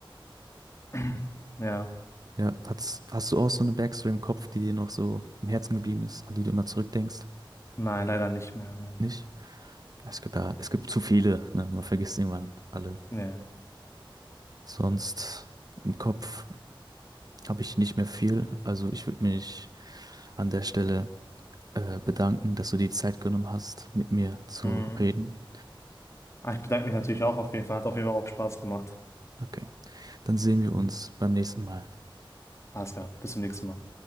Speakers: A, on the left; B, on the right.
A: <clears throat> Ja,
B: Ja, hast, hast du auch so eine Backstory im Kopf, die dir noch so im Herzen geblieben ist, an die du immer zurückdenkst?
A: nein, leider nicht mehr. Nein.
B: Nicht? Es gibt ja, es gibt zu viele, ne? Man vergisst irgendwann alle.
A: Ja.
B: Sonst im Kopf habe ich nicht mehr viel. Also ich würde mich an der Stelle äh, bedanken, dass du dir die Zeit genommen hast, mit mir zu
A: Mhm.
B: reden.
A: Ah, ich bedanke mich natürlich auch auf jeden Fall. Hat auf jeden Fall auch Spaß gemacht.
B: Okay. Dann sehen wir uns beim nächsten Mal.
A: Alles klar, bis zum nächsten Mal.